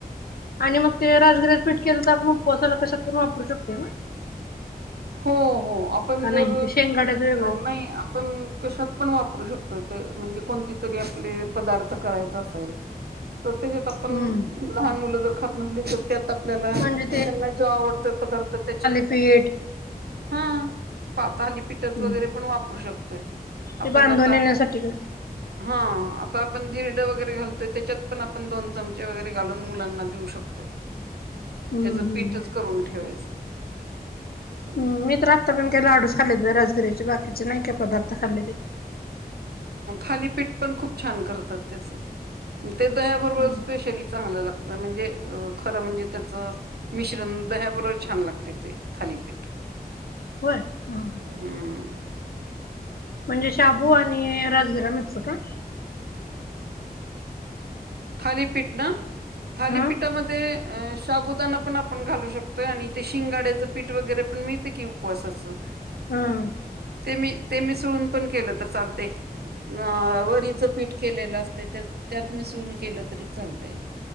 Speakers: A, on the left (about 70°); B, on the right (about 80°).
A: आणि मग ते राजगऱ्यास पीठ केलं तर आपण उपवासाला कशात पण वापरू शकतो ना
B: हो हो आपण
A: का नाही
B: जर
A: ते शेंगाड्याच वेगळं असतं
B: नाही आपण कशात पण वापरू शकतो ते म्हणजे कोणती तरी आपले पदार्थ करायचा असेल तर त्याच्यात आपण
A: हम्म
B: लहान मुलं जर खात नसली तर त्यात आपल्याला
A: म्हणजे
B: त्यांना जो आवडतो पदार्थ त्याच्यात
A: भीठ
B: हा पातहाली पिटत
A: हम्म.
B: वगैरे पण वापरू शकतो
A: ते
B: आपण
A: बांधून
B: आता
A: येण्यासाठी का?
B: हा आता आपण धिरड वगैरे घालतोय त्याच्यात पण आपण दोन चमचे वगैरे घालून मुलांना देऊ शकतोय
A: हम्म
B: त्याच
A: हम्म.
B: पीठच करून ठेवायचं असं आहे.
A: ह् मी तर आत्ता पण काही लाडूस खाल्ले रजगिरीचे बाकीचे नाही का पदार्थ खाल्ले त्याचे
B: थाली पेट पण खूप छान करतात त्याच ते दह्याबरोबर
A: हम्म.
B: स्पेशली चांगलं लागत म्हणजे खरं म्हणजे त्याचं मिश्रण दह्याबरोबर छान लागते ते थालीपीठ
A: होय हा
B: हा
A: म्हणजे शाबू आणि राजगिरा मिकस का
B: थालीपीठ ना थालीपीठामध्ये
A: हा.
B: अ शाबुदाना पण आपण घालू शकतोय आणि ते शिंगाड्याचं पीठ वगैरे पण मिळते की उपवासाचं
A: हम्म
B: ते मी ते मी सडून पण केलं तर चालते अ वरीचं पीठ केलेलं असत त्यात मी सु केलं तरी चालतय